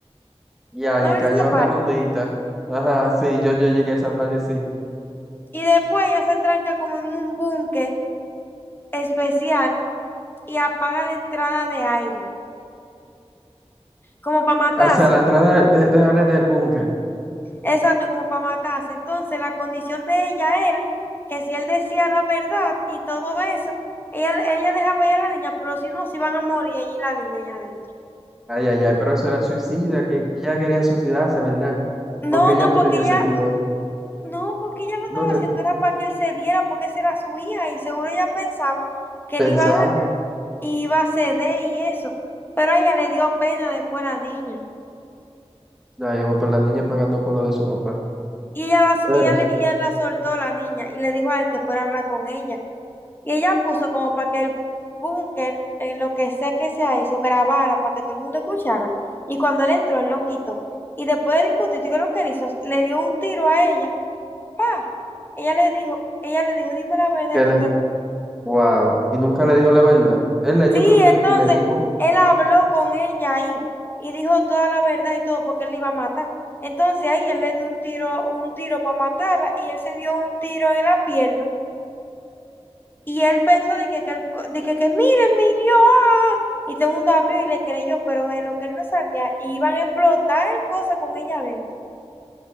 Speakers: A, in the centre; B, on the left (about 20°).
A: Ya,
B: No
A: me
B: viste
A: cayó
B: esa parte.
A: redondita. Ajá, sí, yo, yo llegué a esa parte, sí.
B: Y después ella se tranca como en un búnker especial y apaga la entrada de aire, como para matarse.
A: O sea, la entrada de, de, Ale del búnker.
B: Exacto, como para matarse. Entonces la condición de ella era que si él decía la verdad y todo eso, ella, ella dejaba ir a la niña, pero si no, se iban a morir allí la niña allá adentro.
A: Ay, ay, ay, pero eso era suicida, que ella quería suicidarse, ¿verdad?
B: No,
A: Porque ella
B: no,
A: no
B: porque
A: tenía
B: ella
A: sentido.
B: No, porque ella lo estaba
A: No te
B: haciendo, era para que él se diera, porque esa era su hija y seguro ella pensaba que
A: pensaba.
B: él iba a ganar y iba a ceder y eso. Pero a ella le dio pena después la niña.
A: Ya, yo voy por la niña pagando por lo de su papá.
B: Y ella la,
A: Pero,
B: ella, le- ella la soltó la niña y le dijo a él que fuera a hablar con ella. Y ella puso como para que el búnker, en lo que sea que sea eso, grabara para que todo el mundo escuchara. Y cuando él entró, él lo quitó. Y después de discutir, ¿qué es lo que él hizo? Le dio un tiro a ella. ¡Pa! Ella le dijo, ella le dijo, dime la verdad,
A: que le-
B: y
A: wow. Y nunca le dijo la verdad. Él, le-
B: Sí,
A: yo creo que
B: entonces
A: le- sí le dijo.
B: él habló con ella ahí y dijo toda la verdad y todo porque él la iba a matar. Entonces ahí él le dio un tiro, un tiro para matarla y él se dio un tiro en la pierna y él pensó de que, que, él co- de que, que, miren, me hirió, ¡ah! Y todo el mundo abrió y le creyó, pero de lo que él no sabía, iban a explotar el cosa con ella adentro.